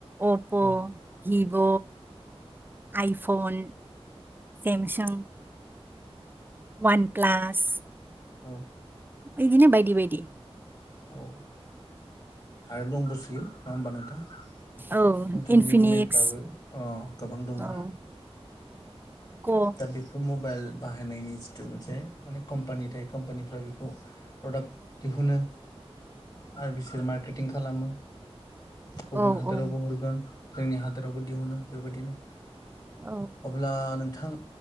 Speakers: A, on the right (about 20°); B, on the left (about 40°).
A: अप'
B: औ
A: भिभ' आइफन, सेमसां वान प्लास
B: औ
A: बिदिनो बायदि बायदि
B: औ आरो दंबोसयो नङा होमबा नोंथां?
A: औ
B: नोंथांनि
A: इनफिनिक्स
B: बुंनायफ्राबो अ गोबां दङ
A: औ क' औ
B: दा बेखौमु मबाइल बाहायनायनि जिथु मोनसे माने कम्पानि थायो कम्पानिफ्रा बेखौ प्रडाक्ट दिहुनो आरो बिसोर मार्केटिं खालाम गुबुन
A: औ
B: हादोरावबो
A: औ
B: हरगोन जोंनि हादोरावबो दिहुनो बेबायदिनो
A: औ
B: अब्ला नोंथां